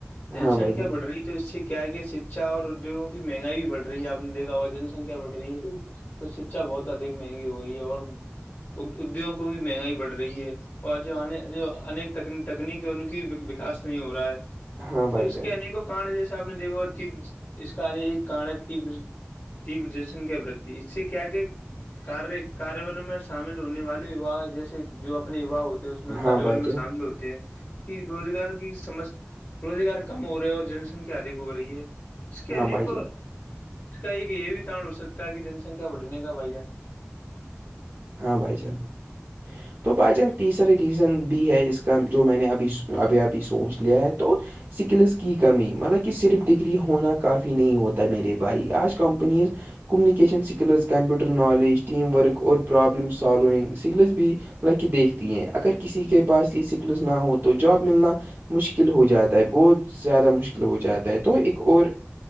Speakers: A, on the left; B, on the right.
A: جنسن
B: ہاں بھائی
A: کیا
B: جان
A: بڑھ رہی تو اس سے کیا کہ شکچھا اور ادیوگوں کی مہنگائی بھی بڑھ رہی ہے آپ نے دھا ہوگا جن سنکھیا بڑھ رہی ہے تو شکھا بہت ادھک مہنگی ہو گئی ہے اور ادیگوں کو بھی مہنگائی بڑھ رہی ہے اور جو جویک تکنیک ہے ان کی وکاس نہیں ہو رہا ہے
B: ہاں بھائی
A: اور اس
B: جان
A: کے انیکوں کارن جیسے آپ نے دیکھا تب اس کایک کارن ہے تب دی جنسنکھیا ورد بھی اس سے کیاگاراروں میں شامل ہونے والےاہ جیسے جو اپنے وواہ ہوتے ہیں اس میں
B: ہاں
A: کاریابل
B: بھائی جان
A: میں شامل ہوتے ہیں کہ روزگار کی سم روزگار کم ہو رہا ہے اور جن سنکھیا ادھک ہو رہی ہے اس کے
B: ہاں
A: انیکوں
B: بھائی جان ہاں بھائی جان
A: اس کا ایک یہ بھی کارن ہو سکتا ہے کہ جن سنکھیا بڑھنے کا بھائی جان
B: ہاں بھائی چان تو بھائی جان تیسرا ریزن بھی ہے اس کا جو میں نے ابھی ابھی ابھی سوچ لیا ہے تو سکلس کی کمی مطلب کہ صرف ڈگری ہونا کافی نہیں ہوتا میرے بھائی آج companies communication skills computer knowledge team work اور پرابلم سالونگ سکلز بھی لگ کے دیکھتی ہیں اگر کسی کے پاس یہ اسکلس نہ ہو تو جاب ملنا مشکل ہو جاتا ہے بہت زیادہ مشکل ہو جاتا ہے تو ایک اور